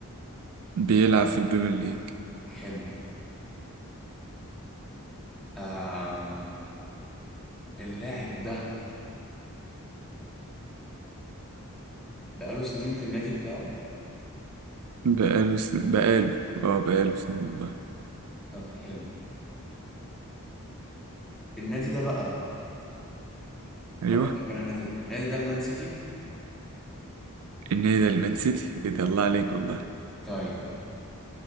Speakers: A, on the right (about 80°); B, in the centre.
A: بيلعب في البريمير ليج
B: حلو آم... اللاعب ده بقاله سنين في النادي بتاعه
A: بقاله سن... بقاله اه بقاله سنين والله
B: طب حلو النادي ده بقى
A: ايوه
B: هقول لك انا النادي ده النادي ده المان سيتي
A: النادي ده المان سيتي ايه ده الله عليك والله
B: طيب